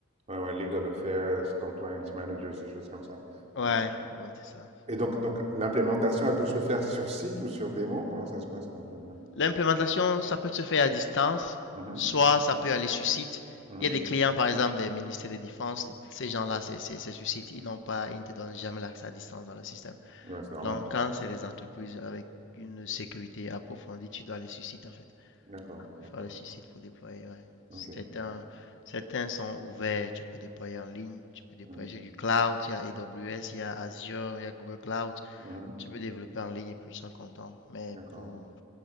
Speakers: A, on the right; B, on the left.
A: Ouais, ouais, legal affairs, compliance managers, des choses comme ça.
B: Ouais,
A: Ok.
B: ouais, c'est ça.
A: Et donc, donc l'implémentation, elle peut se faire sur site ou sur démo? Comment ça se passe en général?
B: L'implémentation, ça peut se faire à distance,
A: Mhm,
B: soit ça peut aller sur site.
A: mhm.
B: Il y a des clients, par exemple, des ministères de défense, ces gens-là, c'est c'est- c'est sur site, ils n'ont pas, ils ne te donnent jamais l'accès à distance dans le système.
A: Ouais, c'est normal.
B: Donc, quand c'est des entreprises avec une sécurité approfondie, tu dois aller sur site, en fait.
A: D'accord,
B: Il
A: d'accord.
B: faut aller sur site pour déployer, ouais. Certains,
A: OK.
B: certains sont ouverts, tu peux déployer en ligne, tu peux déployer
A: Mm,
B: du cloud, il y a AWS, il y a Azure, il y a Google Cloud.
A: mhm,
B: Tu peux développer en ligne et puis ils sont contents. Mais
A: D'accord.
B: pour